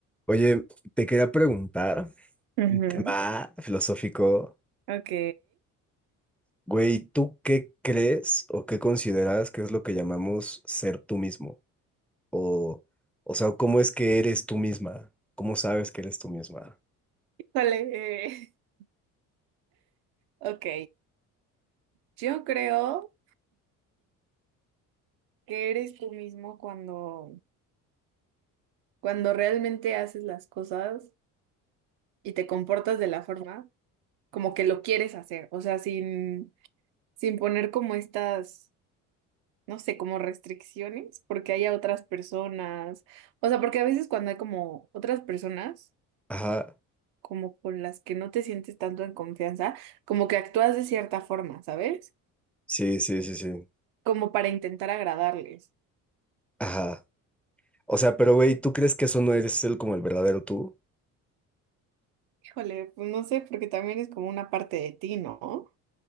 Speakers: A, in the centre; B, on the right (about 60°).
A: Oye, te quería preguntar
B: Ujú,
A: un tema filosófico.
B: Ok,
A: Güey, ¿tú qué crees o qué consideras que es lo que llamamos ser tú mismo? O, o sea, ¿cómo es que eres tú misma? ¿Cómo sabes que eres tú misma?
B: vale. <laughs> Ok, yo creo que eres tú mismo cuando, cuando realmente haces las cosas y te comportas de la forma como que lo quieres hacer, o sea, sin, sin poner como estas, no sé, como restricciones, porque haya otras personas, o sea, porque a veces cuando hay como otras personas,
A: Ajá,
B: como con las que no te sientes tanto en confianza, como que actúas de cierta forma, ¿sabes?
A: sí, sí, sí, sí.
B: como para intentar agradarles.
A: Ajá. O sea, pero güey, ¿tú crees que eso no eres el como el verdadero tú?
B: Híjole, pues no sé, porque también es como una parte de ti, ¿no?